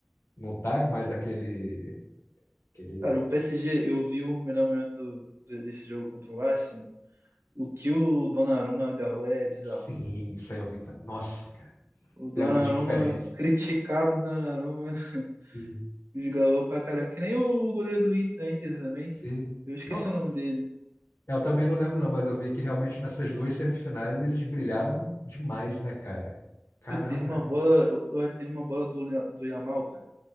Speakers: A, on the left; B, on the right.
A: não tá mais aquele... aquele...
B: Cara, o PSG, eu vi o melhor momento de- desse jogo contra o Arsenal. O que o Donnarumma agarrou é bizarro.
A: Sim, isso aí eu vi. tam- Nossa, cara,
B: O Donnarumma,
A: ele é muito diferente.
B: criticado Donnarumma, <laughs>
A: Sim,
B: desgarrou pra caraca. Que nem o goleiro do Inter, da Inter também.
A: sim.
B: Eu esqueci
A: Não,
B: o nome dele.
A: É, Eu também não lembro, não, mas eu vi que realmente nessas duas semifinais eles brilharam demais, né, cara? Caramba,
B: Pô, teve uma bola, eu, eu- teve uma bola do, do Yamal, cara.